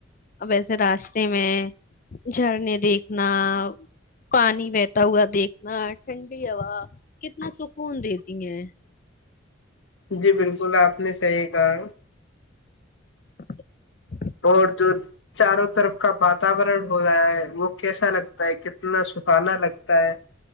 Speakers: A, on the left (about 40°); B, on the left (about 70°).
A: ا ویسے راستے میں جھرنے دیکھنا پانی بہتا ہوا دیکھنا ٹھنڈی ہوا کتنا سکون دیتی ہیں
B: جی بالکل آپ نے صحیح کہا
A: <inaudible>
B: اور جو چاروں طرف کا واتورن ہو رہا ہے وہ کیسا لگتا ہے کتنا سہانا لگتا ہے